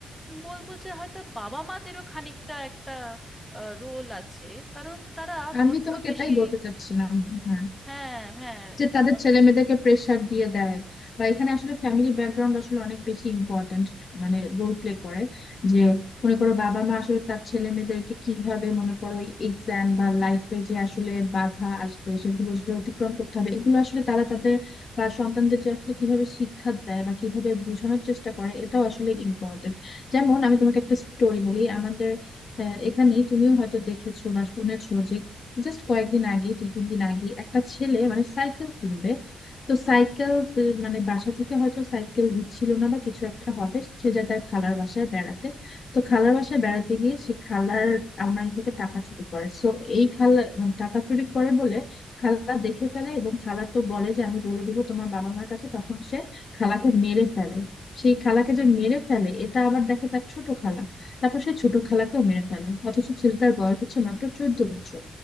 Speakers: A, in the centre; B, on the left (about 45°).
A: বলবো যে হয়তো বাবা মাদেরও খানিকটা একটা রোল আছে কারণ তারা
B: আমি
A: বড্ড
B: তোমাকে
A: বেশি
B: এটাই বলতে চাচ্ছিলাম হ্যাঁ
A: হ্যাঁ হ্যাঁ
B: যে তাদের
A: বলো
B: ছেলে মেয়েদেরকে প্রেসার দিয়ে দেয় বা এখানে আসলে ফ্যামিলি ব্যাকগ্রাউন্ড আসলে অনেক বেশি ইম্পর্ট্যান্ট মানে রোল প্লে করে যে মনে করো বাবা মা আসলে তার ছেলে মেয়েদেরকে কিভাবে মনে করো এক্সাম বা লাইফে যে আসলে বাধা আসবে সেগুলো যে অতিক্রম করতে হবে এগুলো আসলে তারা তাদের বা সন্তানদের যে আসলে কিভাবে শিক্ষা দেয় বা কিভাবে বোঝানোর চেষ্টা করে এটাও আসলে ইম্পর্ট্যান্ট যেমন আমি তোমাকে একটা স্টোরি বলি আমাদের আহ, এখানেই তুমিও হয়তো দেখেছো বা শুনেছো যে জাস্ট কয়েকদিন আগে দুই তিন দিন আগে একটা ছেলে মানে সাইকেল কিনবে তো সাইকেল মানে বাসা থেকে হয়তো সাইকেল দিচ্ছিল না বা কিছু একটা হবে সে যায় তার খালার বাসায় বেড়াতে তো খালার বাসায় বেড়াতে গিয়ে সে খালার আলমারি থেকে টাকা চুরি করে সো এই খালা মানে টাকা চুরি করে বলে খালা দেখে ফেলে এবং খালা তো বলে যে আমি বলে দিব তোমার বাবা মার কাছে তখন সে খালাকে মেরে ফেলে সেই খালাকে যে মেরে ফেলে এটা আবার দেখে তার ছোট খালা তারপর সে ছোট খালাকেও মেরে ফেলে অথচ ছেলেটার বয়স হচ্ছে মাত্র চোদ্দ বছর